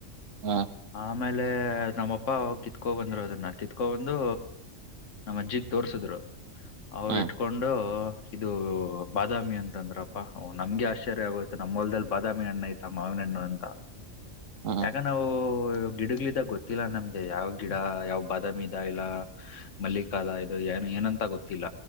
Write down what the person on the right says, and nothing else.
ಹು
ಹ್ಮ್
ಹ್ಮ್